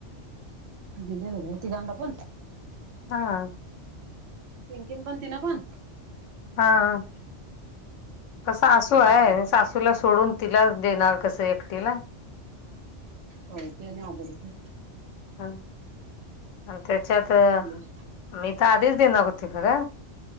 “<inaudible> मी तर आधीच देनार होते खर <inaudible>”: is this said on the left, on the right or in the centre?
Left